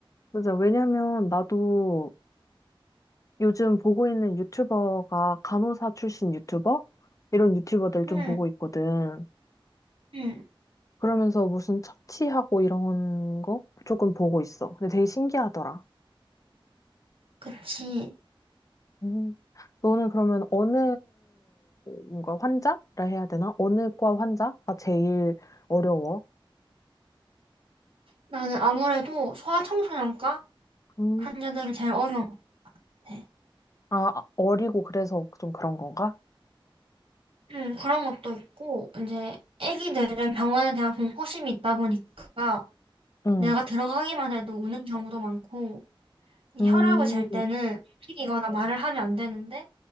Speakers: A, on the left; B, on the right.
A: 맞아. 왜냐면 나도 요즘 보고 있는 유튜버가 간호사 출신 유튜버? 이런 유튜버들 좀
B: 응,
A: 보고 있거든.
B: 응,
A: 그러면서 무슨 처치하고 이런 거 조금 보고 있어. 근데 되게 신기하더라.
B: 그치.
A: 음, 너는 그러면 어느 뭔가 환자라 해야 되나? 어느 과 환자가 제일 어려워?
B: 나는 아무래도 소아청소년과
A: 음,
B: 환자들이 제일 어려운 것 같아.
A: 아, 어리고 그래서 좀 그런 건가?
B: 응, 그런 것도 있고 이제 아기들은 병원에 대한 공포심이 있다 보니까
A: 응.
B: 내가 들어가기만 해도 우는 경우도 많고 이
A: 음,
B: 혈압을 잴 때는 움직이거나 말을 하면 안 되는데